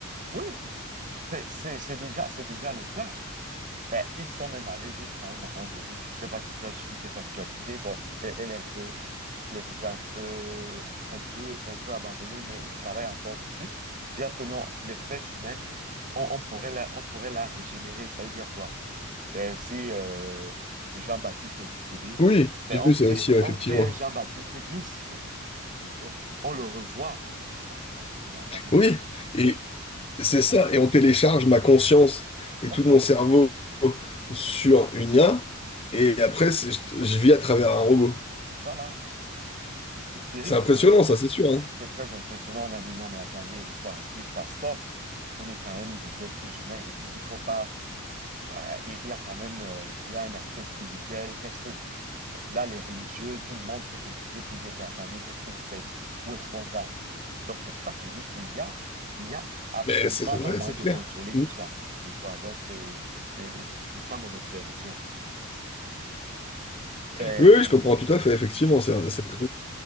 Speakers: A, on the right (about 40°); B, on the left (about 25°).
A: Oui, c'est c'est- c'est déjà, c'est déjà le cas. Ben, ils sont même allés jusqu'à un moment donné. Je ne sais pas si tu as suivi cette actualité. Bon, c'est- elle elle est un peu il est déjà un peu, un peu, un peu abandonné, mais il travaille encore dessus. Dire que non, l'espèce humaine, on, on pourrait la, on pourrait la régénérer. Ça veut dire quoi? Ben, si euh, Jean-Baptiste est décédé,
B: Oui,
A: ben,
B: j'ai
A: on
B: vu
A: crée,
B: ça aussi, ouais,
A: on
B: effectivement.
A: crée un Jean-Baptiste bis, quoi. Et on, on le revoit. Mais attendez, mais attendez.
B: Oui, et
A: Oui,
B: c'est ça, et on télécharge ma conscience et
A: voilà,
B: tout mon cerveau sur une IA, et après, c'est- je, je vis à travers un robot.
A: voilà. Ça, c'est, c'est, c'est terrible.
B: C'est impressionnant,
A: On-
B: ça, c'est sûr, hein.
A: C'est très impressionnant. On a dit non, mais attendez, il faut arrêter ça. Stop. On est quand même des êtres humains et puis il faut pas Voilà, il il y a quand même euh, il y a un aspect spirituel. Qu'est-ce que là les religieux, tout le monde s'est impliqué pour dire que, attendez, qu'est-ce que vous faites? Où est-ce qu'on va? Donc c'est pour ça que j'ai dit qu'il y a il y a absolument
B: Mais c'est vrai,
A: un moyen
B: c'est
A: de
B: clair.
A: contrôler
B: Mm.
A: tout ça. Oui, voilà, donc c'est c'est c'est ça mon observation. Ben,
B: Oui,
A: j'ai-
B: oui, je comprends tout à fait, effectivement, c'est c'est très,